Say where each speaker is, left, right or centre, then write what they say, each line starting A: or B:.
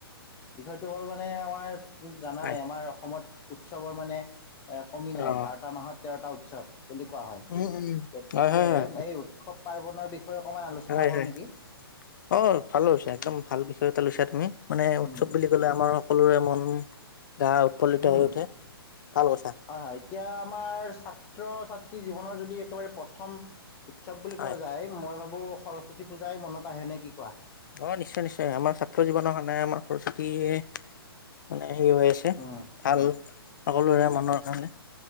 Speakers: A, on the left; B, on the left.
A: বিষয়টো হ'ল মানে আমাৰ তুমি জানাই
B: হয়
A: আমাৰ অসমত উৎসৱৰ মানে এ কমি নাই
B: অ'।
A: বাৰটা মাহত তেৰটা উৎসৱ বুলি কোৱা হয়
B: উম উম
A: গতিকে
B: হয় হয় হয়
A: এই উৎসৱ পাৰ্বনৰৰ বিষয়ে অকণমান আলোচনা
B: হয়
A: কৰোঁ
B: হয়
A: নেকি?
B: অ ভালো আ হৈছে একদম ভাল বিষয় এটা লৈছা তুমি মানে উৎসৱ
A: উম উম
B: বুলি কলে আমাৰ সকলোৰে মন গা উৎফুল্লিত
A: উম
B: হৈ উঠে ভাল কৈছা
A: হয় হয় এতিয়া আমাৰ ছাত্ৰ ছাত্ৰী জীৱনৰ যদি একেবাৰে প্ৰথম উৎসৱ বুলি
B: হয়।
A: কোৱা যায় মই ভাবো সৰস্বতী পূজাই মনত আহেনে কি কোৱা
B: অ নিশ্চয় নিশ্চয় আমাৰ ছাত্ৰ জীৱনৰ আমাৰ সৰস্বতীয়ে মানে হেৰি হৈ আছে
A: উম
B: ভাল সকলোৰে মনৰ কাৰণে